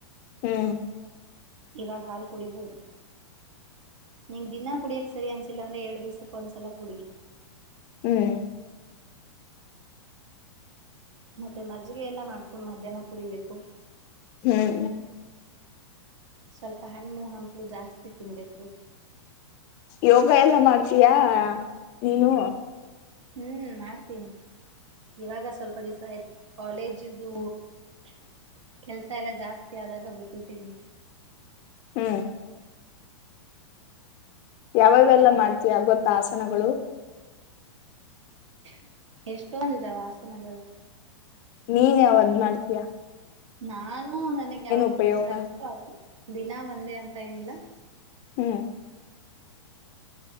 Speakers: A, on the left; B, on the right.
A: ಹ್ಮ್
B: ಇವಾಗ ಹಾಲ್ ಕುಡಿಬೋದು ನಿಂಗ ದಿನಾ ಕುಡಿಯಕ್ ಸರಿ ಅನ್ಸಿಲ್ಲ ಅಂದ್ರೆ ಎರಡ್ ದಿವ್ಸಕ್ ಒಂದ್ಸಲ ಕುಡಿ
A: ಹ್ಮ್
B: ಮತ್ತೆ ಮಜ್ಜಿಗೆ ಎಲ್ಲಾ ಮಾಡ್ಕೊ ಮಧ್ಯಾಹ್ನ ಕುಡಿಬೇಕೇಕು
A: ಹ್ಮ್
B: ಸ್ವಲ್ಪ ಹ ಹಣ್ಣು ಹಂಪಲು ಜಾಸ್ತಿ ತಿನ್ಬೇಕು
A: ಯೋಗ ಎಲ್ಲ ಮಾಡ್ತೀಯಾ ನೀನು
B: ಹ್ಮ್ ಮಾಡ್ತೀನಿ ಇವಾಗ ಸ್ವಲ್ಪ ದಿವಸ ಆಯ್ತು ಕಾಲೇಜ್ದು ಕೆಲ್ಸ ಎಲ್ಲ ಜಾಸ್ತಿ ಆದಾಗ ಬಿಟ್ಟತನಿ
A: ಹ್ಮ್ ಯಾವಾಗೆಲ್ಲ ಮಾಡ್ತೀಯ ಗೊತ್ತ ಆಸನಗಳು
B: ಎಷ್ಟೊಂದಿದ ವಾಸನಗಳು
A: ನೀನ್ ಯಾವದ್ ಮಾಡ್ತೀಯಾ
B: ನಾನು ನನಗೆ ಯಾವಾಗ
A: ಉಪಯೋಗ
B: ಅರ್ಥ ಆಲಿ ದಿನಾ ಬಂದೆ ಅಂತ ಏನಿಲ್ಲ
A: ಹ್ಮ್